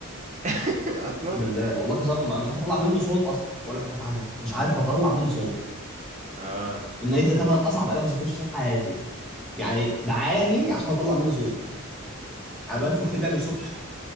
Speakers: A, on the right; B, in the centre.
A: <laughs> اصلا
B: بالله والله كسرته مع- مش عارف اطلع منه صوت اصلا بقول لك مش عارف اعزف مش عارف اطلع منه صوت
A: اه
B: الناي ده طبعا اصعب آلة موسيقية شفتها في حياتي يعني بعاني عشان اطلع منه صوت انا بنفخ فيه بيعمل صوت